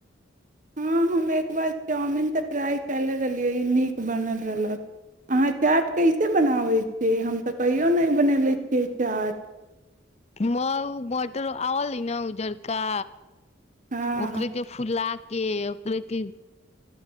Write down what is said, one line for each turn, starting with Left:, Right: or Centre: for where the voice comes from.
Right: हँ हम एक बार चाउमिन तऽ फ्राई करे िय नीक बनल रहलक अहाँ चाट के कते बनाबे छीिय हम तऽ कहियो ने बनेले छियै चाट
Left: महु मोटर आ ल न उजरका
Right: हँ
Left: ओकरे के फुला के ओकरे